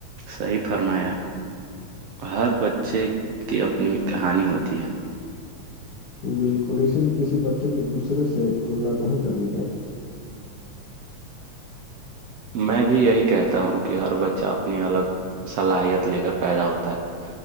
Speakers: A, on the right (about 70°); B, on the left (about 60°).
A: صحیح فرمایا ہر بچے کی اپنی کہانی ہوتی ہے
B: بالکل اسر کسی بچے کے دوسرے سے تلنا نہیں کرنی چاہیے
A: میں بھی یہی کہتا ہوں کہ ہر بچہ اپنی الگ صلاحیت لے کر پیدا ہوتا ہے